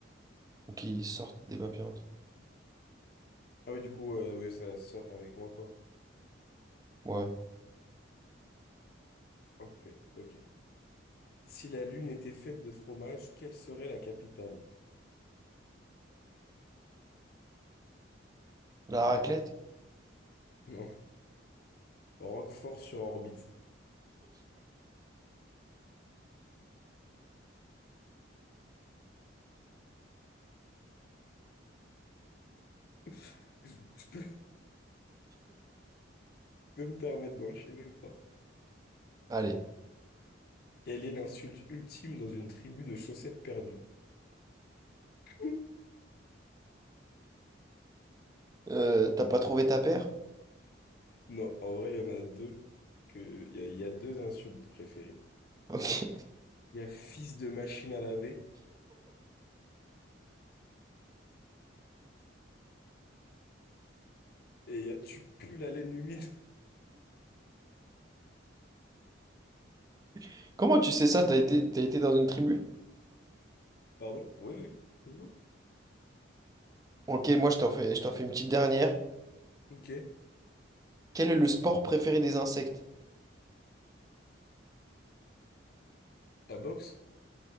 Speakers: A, on the right; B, on the left.
A: Ou qu'ils sortent des papiers entre.
B: Ah oui, du coup, euh, oui, ça sort avec moi, quoi.
A: eux. Ouais.
B: Parfait, ok. Si la Lune était faite de fromage, quelle serait la capitale?
A: La raclette?
B: Non. Roquefort-sur-Orbite. <laughs> Je je peux, <laughs> je peux me permettre d'enchaîner ou pas?
A: Allez.
B: Quelle est l'insulte ultime dans une tribu de chaussettes perdues? <laughs>
A: Euh, t'as pas trouvé ta paire?
B: Non, en vrai, il y en a deux que il y a, il y a deux insultes préférées.
A: Ok.
B: Il y a fils de machine à laver et il y a tu pues la laine humide.
A: <laughs> Comment tu sais ça? T'as été, t'as été dans une tribu?
B: <laughs> Pardon? Oui, oui. toujours
A: Ok, moi je t'en fais, je t'en fais une petite dernière.
B: Ok.
A: Quel est le sport préféré des insectes?
B: La boxe?